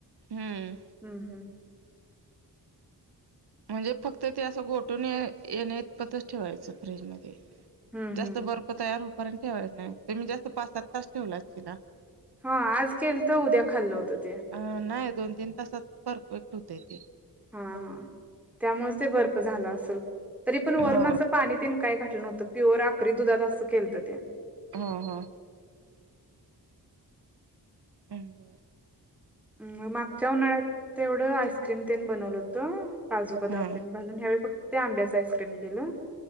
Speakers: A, on the right (about 70°); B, in the centre.
A: हम्म.
B: हम् हम्.
A: म्हणजे फक्त ते असं गोटून येण्या इतपतच ठेवायचं फ्रीजमध्ये.
B: हम्म
A: जास्त
B: हम्म
A: बर्फ तयार होईपर्यंत ठेवायच नाही. तूमी जास्त पाच, सात तास ठेवला असचीला?
B: हा आज केलत. उद्या खाल्लं होतं ते.
A: अ नाही. दोन, तीन तासात परफेक्ट होतय ते.
B: हा हा. त्यामुळच ते बर्फ झाल असल. तरी पण वरुण
A: हा
B: पाणी त्याने काय घाटलं नव्हतं. प्युअर आकरी दुधात असं केलतं ते.
A: हा हा. हम बरं.
B: उम म मागच्या उन्हाळ्यात तेवढं आईस्क्रीम तेन बनवलं होतं. काजू बदाम
A: हा
B: तेन घालून. यावेळी फक्त आंब्याचा आईसक्रीम केलं